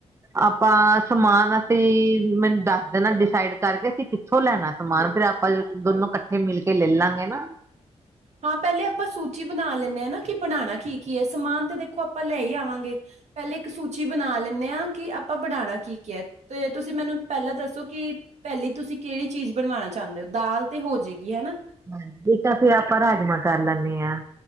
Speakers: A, on the right; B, on the right.
A: ਆਪਾਂ ਸਮਾਨ ਅਸੀਂ ਮੈਨੂੰ ਦੱਸ ਦੇ ਨਾ ਡਿਸਾਈਡ ਕਰਕੇ ਅਸੀਂ ਕਿੱਥੋਂ ਲੈਣਾ ਸਮਾਨ ਫੇਰ ਆਪਾਂ ਦੋਨੋ ਇਕੱਠੇ ਮਿਲ ਕੇ ਲੈਲਾਂਗੇ ਨਾ,
B: ਹਾਂ ਪਹਿਲੇ ਆਪਾਂ ਸੂਚੀ ਬਣਾ ਲੈਂਦੇ ਹਾਂ ਨਾ ਕਿ ਬਣਾਣਾ ਕੀ-ਕੀ ਹੈ ਸਮਾਨ ਤੇ ਦੇਖੋ ਆਪਾਂ ਲੈ ਹੀ ਆਵਾਂਗੇ। ਪਹਿਲੇ ਇੱਕ ਸੂਚੀ ਬਣਾ ਲੈਂਨੇ ਹਾਂ ਕਿ ਆਪਾਂ ਬਣਾਣਾ ਕੀ-ਕੀ ਹੈ, ਤੇ ਤੁਸੀਂ ਮੈਨੂੰ ਪਹਿਲਾਂ ਦੱਸੋ? ਕਿ ਪਹਿਲੀ ਤੁਸੀਂ ਕਿਹੜੀ ਚੀਜ਼ ਬਣਵਾਣਾ ਚਾਹੁੰਦੇ ਹੋ ਦਾਲ ਤੇ ਹੋਜਏਗੀ ਹੈ ਨਾ,
A: ਹਾਂਜੀ, ਇਕ ਤਾਂ ਆਪਾਂ ਰਾਜਮਾਂ ਕਰ ਲੈਂਨੇ ਹਾਂ।